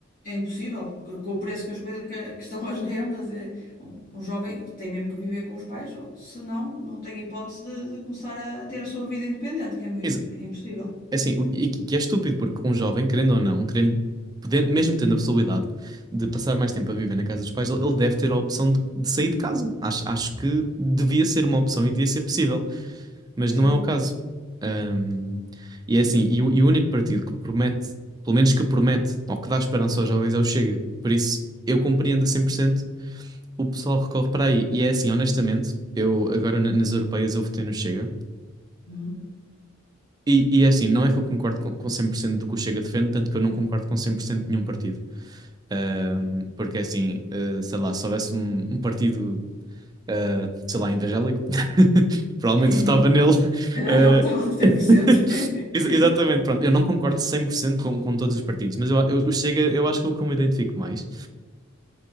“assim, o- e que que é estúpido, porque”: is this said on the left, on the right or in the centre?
Right